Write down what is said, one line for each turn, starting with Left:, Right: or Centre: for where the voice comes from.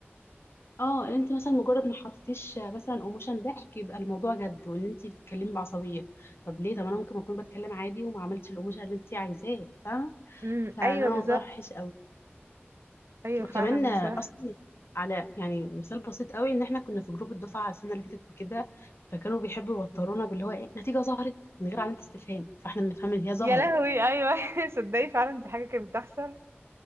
Left: اه ان انت مثلا مجرد ما حطيتيش مثلا ايموشن ضحك يبقى الموضوع جد وان انت بتتكلمي بعصبيه طب ليه طب انا ممكن اكون بتكلم عادي وما عملتش الايموشن اللي انت عايزاه فاهمه
Right: امم
Left: فده
Right: ايوه
Left: موضوع
Right: بالظبط
Left: وحش قوي
Right: ايوه
Left: وكمان
Right: فعلا
Left: آه،
Right: بصراحه
Left: اصلا على يعني مثال بسيط قوي ان احنا كنا في جروب الدفعه السنه اللي فاتت وكده فكانوا بيحبوا يوترونا باللي هو ايه نتيجه ظهرت من غير علامه استفهام فاحنا نفهم ان هي ظهرت
Right: يا لهوي ايوه <laughs> صدقي فعلا دي حاجه كانت بتحصل